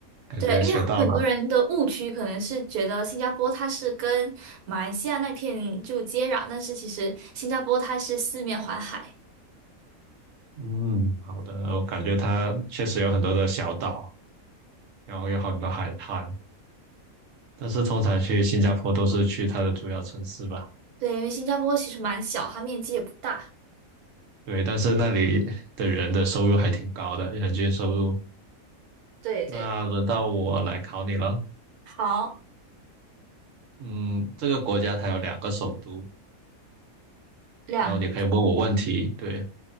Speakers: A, on the right; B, on the right.
A: 感觉学到了。
B: 对，因为很多人的误区可能是觉得新加坡它是跟马来西亚那片就接壤，但是其实新加坡它是四面环海。
A: 嗯，好的，我感觉它确实有很多的小岛，然后有很多海滩，但是通常去新加坡都是去它的主要城市吧。
B: 对，因为新加坡其实蛮小，它面积也不大。
A: 对，但是那里的人的收入还挺高的，人均收入。
B: 对对，
A: 那轮到我来考你了。
B: 好，
A: 嗯，这个国家它有两个首都，
B: 两个
A: 然后你可以问我问题。对，